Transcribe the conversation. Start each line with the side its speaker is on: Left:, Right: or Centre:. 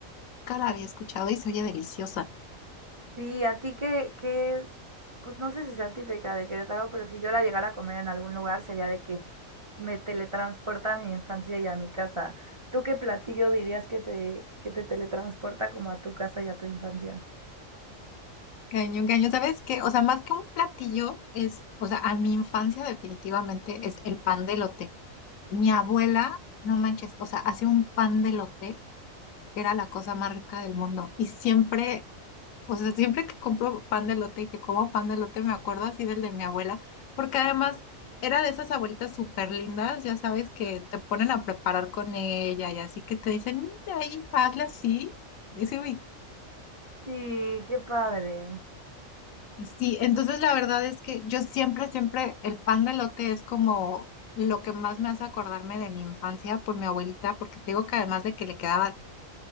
Left: la había escuchado y se oye deliciosa.
Right: Sí, a ti que, que, pues no sé si sea típica de Querétaro, pero si yo la llegara a comer en algún lugar sería de que me teletransporta a mi infancia y a mi casa. ¿Tú qué platillo dirías que te, que te teletransporta como a tu casa y a tu infancia?
Left: Cañón, cañón, ¿sabes qué? O sea, más que un platillo es, o sea, a mi infancia definitivamente es el pan de elote. Mi abuela, no manches, o sea, hacía un pan de lote que era la cosa más rica del mundo. Y siempre, o sea, siempre que compro pan de lote y que como pan de lote me acuerdo así del de mi abuela, porque además era de esas abuelitas súper lindas, ya sabes, que te ponen a preparar con ella y así que te dicen, mira, hija, hazle así, dice se
Right: Sí, qué padre.
Left: Sí, entonces la verdad es que yo siempre, siempre, el pan de elote es como lo que más me hace acordarme de mi infancia por mi abuelita, porque te digo que además de que le quedaba